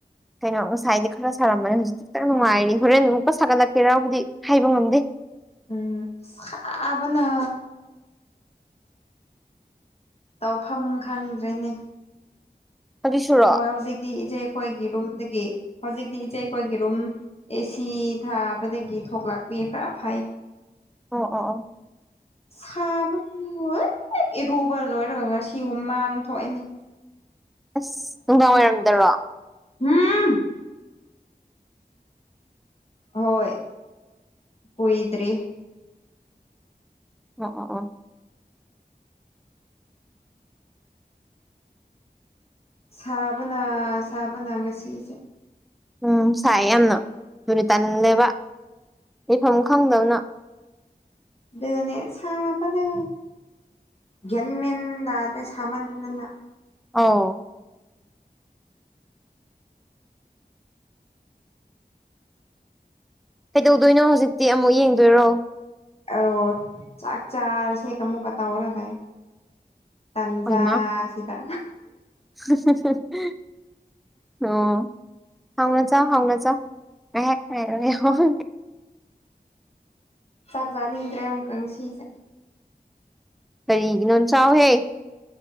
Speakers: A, in the centre; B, on the left (about 40°).
A: ꯀꯩꯅꯣ ꯉꯁꯥꯏꯗꯤ ꯈꯔ ꯁꯥꯔꯝꯕꯅꯤ ꯍꯧꯖꯤꯛꯇꯤ ꯈꯤꯇꯪ ꯅꯨꯡꯉꯥꯏꯔꯤ ꯍꯣꯔꯦꯟ ꯑꯃꯨꯛꯀ ꯁꯥꯒꯠꯂꯛꯀꯦꯔꯥꯕꯨꯗꯤ ꯍꯥꯏꯕ ꯉꯝꯗꯦ
B: ꯎꯝ ꯁꯥꯕꯅ ꯇꯧꯐꯝ ꯈꯪꯗ꯭ꯔꯦꯅꯦ
A: ꯍꯧꯖꯤꯛꯁꯨꯔꯣ ꯑꯣ
B: ꯍꯣꯏ ꯍꯧꯖꯤꯛꯇꯤ ꯏꯆꯦ ꯈꯣꯏꯒꯤ ꯔꯨꯝꯗꯒꯤ ꯍꯧꯖꯤꯛꯇꯤ ꯏꯆꯦ ꯈꯣꯏꯒꯤ ꯔꯨꯝ ꯑꯦꯁꯤ ꯊꯥꯕꯗꯒꯤ ꯊꯣꯛꯂꯛꯄꯤ ꯈꯔ ꯐꯩ
A: ꯑꯣ ꯑꯣ ꯑꯣ
B: ꯁꯥꯕꯒꯤ <unintelligible> ꯏꯔꯨꯕ ꯂꯣꯏꯔꯒ ꯉꯁꯤ ꯍꯨꯃꯥꯡ ꯊꯣꯛꯑꯦꯅꯦ
A: ꯑꯁ ꯅꯨꯡꯗꯥꯡ ꯋꯥꯏꯔꯝꯗꯔꯣ
B: ꯍꯨꯝ ꯍꯣꯏ ꯀꯨꯏꯗ꯭ꯔꯤ
A: ꯑꯣ ꯑꯣ ꯑꯣ
B: ꯁꯥꯕꯅ ꯁꯥꯕꯅ ꯉꯁꯤꯁꯦ
A: ꯎꯝ ꯁꯥꯏꯌꯦ ꯌꯥꯝꯅ ꯗꯨꯅꯤ ꯇꯟꯂꯦꯕ ꯂꯩꯐꯝ ꯈꯪꯗꯕꯅ
B: ꯗꯨꯅꯦ ꯁꯥꯕꯅ ꯒ꯭ꯌꯟ ꯃꯦꯟ ꯇꯥꯗ꯭ꯔꯦ ꯁꯥꯃꯟꯗꯅ
A: ꯑꯧ ꯀꯩꯗꯧꯗꯣꯏꯅꯣ ꯍꯧꯖꯤꯛꯇꯤ ꯑꯃꯨꯛ ꯌꯦꯡꯗꯣꯏꯔꯣ
B: ꯑꯧ ꯆꯥꯛ ꯆꯥꯔꯁꯦꯒ ꯑꯃꯨꯛꯀ ꯇꯧꯔ ꯂꯩ ꯇꯥꯟꯖꯥ
A: ꯍꯩꯃꯥ
B: ꯁꯤꯗ
A: <unintelligible> ꯑꯣ ꯍꯥꯎꯅ ꯆꯥꯎ ꯍꯥꯎꯅ ꯆꯥꯎ <unintelligible>
B: ꯆꯥꯛ ꯆꯥꯅꯤꯡꯗ꯭ꯔꯦ ꯑꯃꯨꯛꯀ ꯉꯁꯤꯁꯦ
A: ꯀꯔꯤꯒꯤꯅꯣ ꯆꯥꯎꯍꯦ